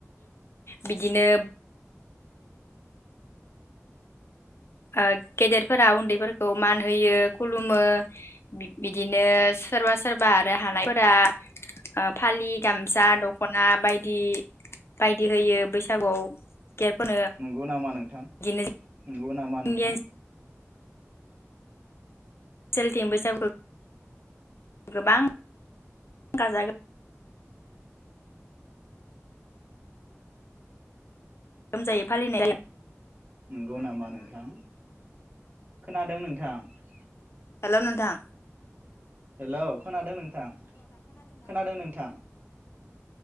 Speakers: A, on the left; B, on the right.
A: बिदिनो ओ गेदेरफोरा उन्दैफोरखौ मान होयो खुलुमो बिदिनो सोरबा सोरबा आरो हानायफोरा ओ फालि गामसा दख'ना बायदि बायदि होयो बैसागुआव गेदेरफोरनो
B: नंगौ नामा नोंथां ओम।
A: बिदिनो
B: नंगौ नामा
A: जोंनि
B: नोंथां?
A: ओनसोलथिं बैसागु गोबां गाजा गो गोमजायै फालिनाय
B: नंगौ नामा नोंथां खोनादों नोंथां। थां
A: हेल' नोंथां
B: हेलौ खोनादों नों नोंथां खोनादों नोंथां